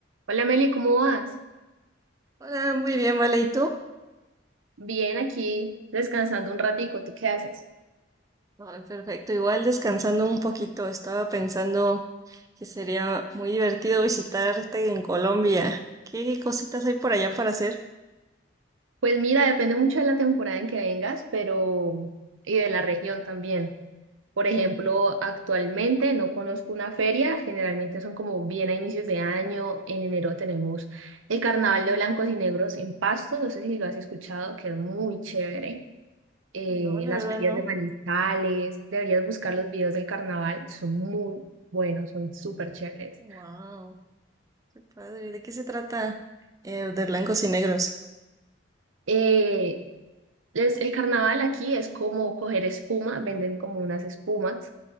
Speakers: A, on the right; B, on the right.
A: Hola Meli, ¿cómo vas?
B: Hola, muy bien, vale, ¿y tú?
A: Bien, aquí descansando un ratico, ¿tú qué haces?
B: Ay, perfecto, igual descansando un poquito, estaba pensando que sería muy divertido visitarte en Colombia. ¿Qué cositas hay por allá para hacer?
A: Pues mira, depende mucho de la temporada en que vengas, pero y de la región también. Por ejemplo, actualmente no conozco una feria, generalmente son como bien a inicios de año. En enero tenemos el Carnaval de Blancos y Negros en Pasto, no sé si lo has escuchado, que es muy chévere. Eh,
B: No, la
A: las
B: verdad
A: ferias
B: no.
A: de Manizales, deberías buscar los videos del carnaval, son muy buenos, son súper chéveres.
B: Wow, qué padre. ¿De qué se trata? Eh, de blancos y negros.
A: Eh, es- el carnaval aquí es como coger espuma, venden como unas espumas